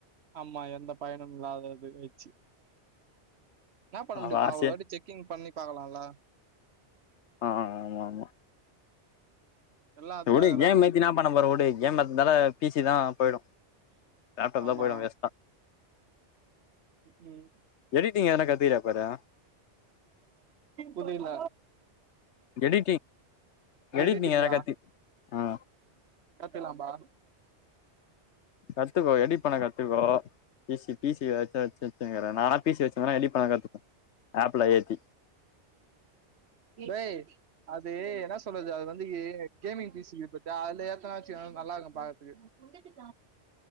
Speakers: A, on the right; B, on the left.
A: ஆமா எந்த பயனும் இல்ல அத அத வச்சி என்னா பண்ண
B: அவ
A: முடியு பாவோ
B: ஆசையா
A: ஒரு வாட்டி செக் கிங் பண்ணி பாக்கலால்ல
B: ஆ ஆமா ஆமா
A: எல்லா அதுக்காகதா
B: செரி வுடு கேம் ஏத்தி என்னா பண்ண போற வுடு கேம் ஏத்ததால பீசிதா போய்டு லேப்டாப்
A: ஆமா
B: தா போயிடு வேஸ்ட்டா
A: ம்
B: எடிடிங் ஏதுனா கத்துகிரயா பாரு
A: புரில
B: எடிட்டிங் எடிட்டிங்
A: எடிட்டிங்கா
B: எதனா கத்து ஆ
A: கத்துகலாம்ப்பா
B: கத்துக்கோ எடிட் பண்ண கத்துக்கோ ஈசி பீ சி வச்ச வச்சி வச்சின்னுக்கிற நானா பீ சி வச்சிருந்தன்னா எடிட் பண்ண கத்துக்க ஆப்ல ஏத்தி
A: டேய் அது என்னா சொல்றது அது வந் இந்தையே கேமிங் பீ ஸி இருக்கு பாத்தியா அதுல ஏத்தனா வெச்சுக்குவே நல்லா இருக்கோ பாக்றதுக்கு